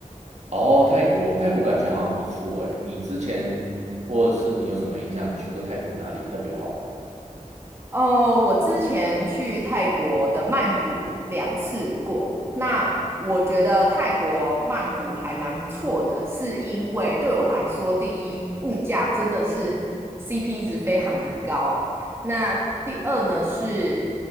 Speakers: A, on the right; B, on the right.
A: 哦，泰国，泰国感觉好像不错诶。你之前或者是你有什么印象？你去过泰国哪里特别好玩的吗？
B: 呃，我之前去泰国的曼谷两次过，那我觉得泰国曼谷还蛮不错的，是因为对我来说，第一，物价真的是 CP 值非常的高。那第二呢是，